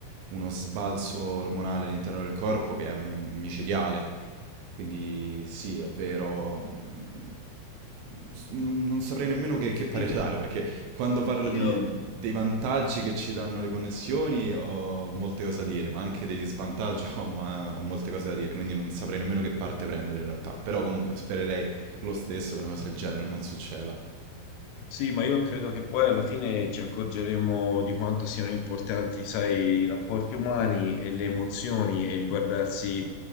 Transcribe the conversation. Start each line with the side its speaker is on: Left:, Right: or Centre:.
Right: uno sbalzo ormonale all'interno del corpo che è mm, micidiale. Quindi sì, è vero. mm, s- Non, non saprei nemmeno che, che parere
Left: sì,
Right: dare, perché quando parlo di-
Left: io
Right: dei vantaggi che ci danno le connessioni ho molte cose da dire, ma anche degli svantaggi <laughs> ho, ma- ho molte cose da dire, quindi non saprei nemmeno che parte prendere in realtà. Però comunque spererei lo stesso che una cosa del genere non succeda.
Left: Sì, ma io credo che poi alla fine ci accorgeremo di quanto siano importanti, sai, i rapporti umani e le emozioni e il guardarsi,